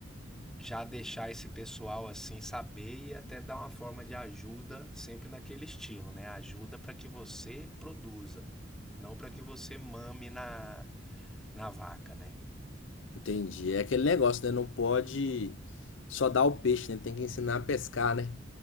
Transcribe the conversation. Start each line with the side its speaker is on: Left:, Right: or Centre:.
Centre: já deixar esse pessoal assim saber e até dar uma forma de ajuda sempre naquele estilo, né? Ajuda para que você produza, não para que você mame na na vaca, né?
Left: entendi. É aquele negócio, né? Não pode só dar o peixe, né? Tem que ensinar a pescar, né?